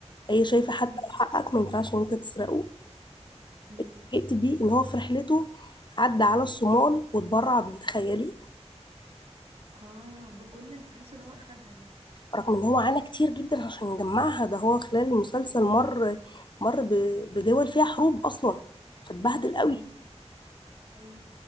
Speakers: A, on the left (about 40°); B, on the right (about 65°).
A: هي شايفه حتى
B: امم
A: لو حقك ما ينفعش ان انت تسرقه
B: امم
A: فوجئت بيه ان هو في رحلته عدى على الصومال واتبرع بيه تخيلي
B: اه بكل الفلوس اللي هو اخدها
A: رغم ان هو عانى كتير جدا عشان يجمعها ده هو خلال المسلسل مر مر ب- بدول فيها حروب اصلا فاتبهدل قوي
B: امم ايوه